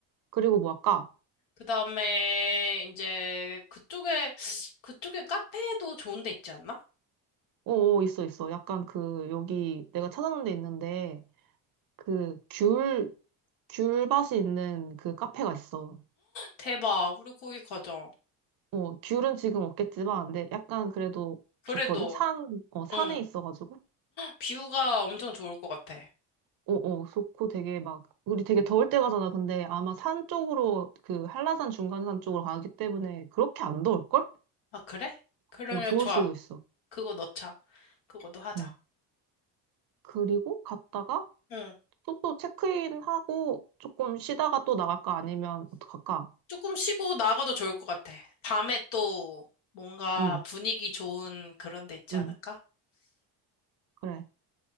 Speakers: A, on the right; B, on the left.
A: 그리고 뭐 할까?
B: 그 다음에 이제 그쪽에, 그쪽에 카페도 좋은 데 있지 않나?
A: 어, 어, 있어, 있어. 약간 그, 여기 내가 찾아놓은 데 있는데, 그, 귤, 귤밭이 있는 그 카페가 있어.
B: 대박. 우리 거기 가자.
A: 어, 귤은 지금 없겠지만, 근데 약간 그래도
B: 그래도,
A: 좋거든? 산, 어, 산에
B: 응.
A: 있어가지고.
B: 뷰가 엄청 좋을 것 같아.
A: 어어 좋고 되게 막 우리 되게 더울 때 가잖아. 근데 아마 산 쪽으로 그 한라산 중간산 쪽으로 가기 때문에 그렇게 안 더울걸?
B: 아, 그래? 그러면
A: 어 좋을
B: 좋아.
A: 수도 있어.
B: 그거 넣자. 그거도 하자.
A: 응. 그리고 갔다가
B: 응.
A: 숙소 체크인 하고 조금 쉬다가 또 나갈까 아니면 어떡할까?
B: 조금 쉬고 나가도 좋을 것 같아. 밤에 또 뭔가
A: 응,
B: 분위기 좋은 그런 데 있지
A: 응,
B: 않을까?
A: 그래.